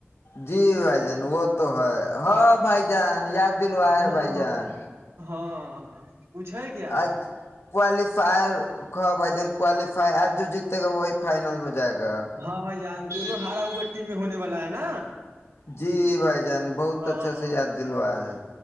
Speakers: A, on the left; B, on the right.
A: جی بھائی جان وہ تو ہے ہاں بھائی جان یاد دلو ہے
B: ہاں
A: بھائی جان
B: ہاں کچھ ہے کیا آار
A: آج کوالیفائر بھائی جان کوالیفائی آج جو جیتے گا وہی فائنل میں جائے گا
B: ہاں بھائی جان دونوں ہارا ہوا ٹی میں ہونے والا ہے نا <inaudible>
A: جی بھائی جان بہت
B: ہاں
A: اچھا سے یاد دلوا ہے